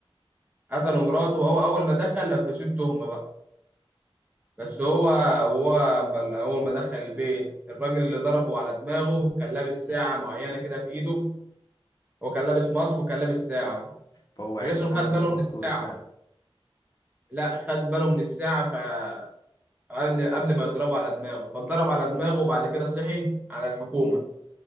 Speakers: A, on the right; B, on the left.
A: قتلوا مراته وهو أول ما دخل لبسوه التهمة بقى بس هو هو أما- أول ما دخل البيت الراجل اللي ضربه على دماغه كان لابس ساعة معينة كده في إيده هو كان لابس ماسك وكان لابس ساعة
B: فهو
A: فجاسون
B: عرفه بقى
A: خد
B: من
A: باله
B: الماسك
A: من الساعة
B: والساعة
A: لا خد باله من الساعة فقبل قبل ما يضربه على دماغه فاتضرب على دماغه وبعد كده صحي على الحكومة